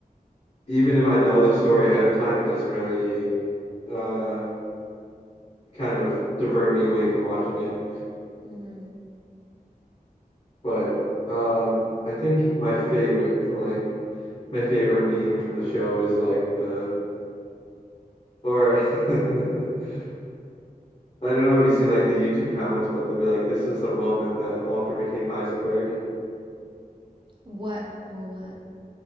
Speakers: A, on the left; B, on the right.
A: even if I know the story ahead of time, it doesn't really uh kind of divert me away from watching it.
B: Mm-hmm.
A: But um I think my favorite from like my favorite meme from the show is like the or <laughs> I don't know if you've seen like the YouTube comments, but they'll be like, "This is the moment that Walter became Heisenberg."
B: What? More what?